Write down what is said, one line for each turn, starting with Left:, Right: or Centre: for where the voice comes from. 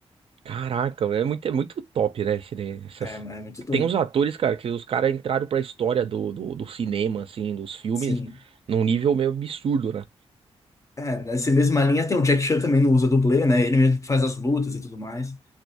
Right: Caraca, é muito, é muito top, né? esse- né, Essas...
Left: É, é muito doido.
Right: Tem uns atores, cara, que os caras entraram pra história do, do, do cinema, assim, dos filmes,
Left: Sim.
Right: num nível meio absurdo, né?
Left: É, nessa mesma linha tem o Jack Chan também não usa dublê, né? Ele mesmo que faz as lutas e tudo mais.